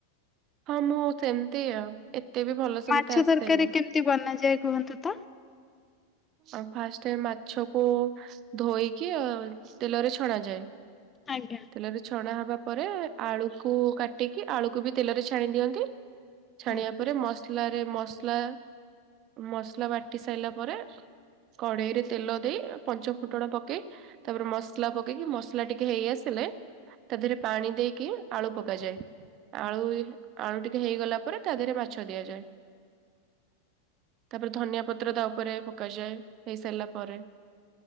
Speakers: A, on the right; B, on the left.
A: ହଁ ମୁଁ ସେମିତି ଆଉ। ଏତେ ବି ଭଲ ସେ
B: ମାଛ
A: ମତେ ଆସେନି।
B: ତରକାରୀ କେମିତି ବନାଯାଏ କୁହନ୍ତୁ ତ?
A: ଆଉ ଫାଷ୍ଟେ ମାଛକୁ ଧୋଇକି ତେଲରେ ଛଣା ଯାଏ।
B: ଆଜ୍ଞା।
A: ତେଲରେ ଛଣା ହବା ପରେ ଆଳୁକୁ କାଟିକି ଆଳୁକୁ ବି ତେଲରେ ଛାଣି ଦିଅନ୍ତି। ଛାଣିବା
B: ଆଜ୍ଞା।
A: ପରେ ମସଲାରେ ମସଲା ମସଲା ବାଟି ସାଇଲା ପରେ କଡେଇ ରେ ତେଲ ଦେଇ ପଞ୍ଚ ଫୁଟଣ ପକେଇ ତାପରେ ମସ ମସଲା ପକେଇକି ମସଲା ଟିକେ ହେଇ ଆସିଲେ ତା ଦେହରେ ପାଣି ଦେଇକି ଆଳୁ ପକାଯାଏ। ଆଳୁ ଆଳୁ ଟିକେ ହେଇଗଲା ପରେ ତା ଦେହରେ ମାଛ ଦିଆଯାଏ। ତାପରେ ଧନିଆ ପତ୍ର ତା ଉପରେ ପକାଯାଏ ହେଇସାରିଲା ପରେ।